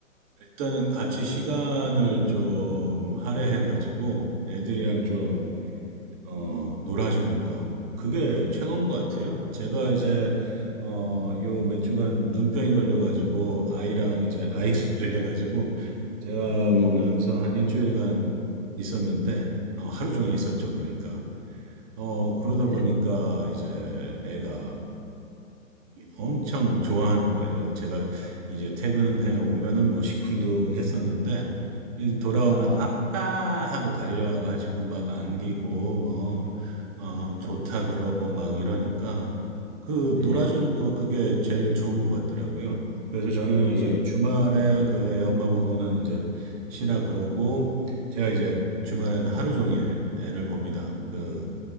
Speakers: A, on the right (about 25°); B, on the left (about 40°).
A: 일단은 같이 시간을 좀 할애해가지고 애들이랑 좀, 어, 놀아주는 거. 그게 최고인 것 같아요. 제가 이제, 어, 요 몇 주간 눈병이 걸려가지고 아이랑 이제 아이도 <laughs> 걸려가지고 제가
B: 음,
A: 보면서 한 일주일간 있었는데, 어, 하루 종일 있었죠. 그러니까. 어, 그러다
B: 네.
A: 보니까 이제 애가 엄청 좋아하는 거예요. 제가 이제 퇴근해
B: 음,
A: 오면은 뭐 시큰둥 했었는데, 이 돌아오면
B: 아,
A: 아빠 하고 달려와가지고 막 안기고, 뭐, 어,
B: 네.
A: 좋다 그러고 막 이러니까, 그
B: 예,
A: 놀아주는 거 그게 제일 좋은 것 같더라고요. 그래서 저는
B: 예.
A: 이제 주말에 그 애 엄마 보고는 이제 쉬라 그러고, 제가 이제 주말에는
B: 음,
A: 하루 종일 애를 봅니다. 그